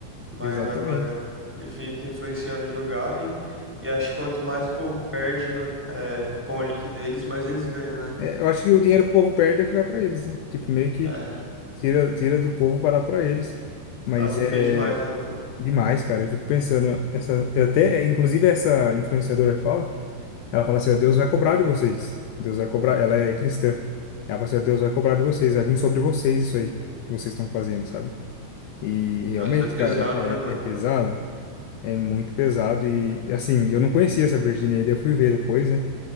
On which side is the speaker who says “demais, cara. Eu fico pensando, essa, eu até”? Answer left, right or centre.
Left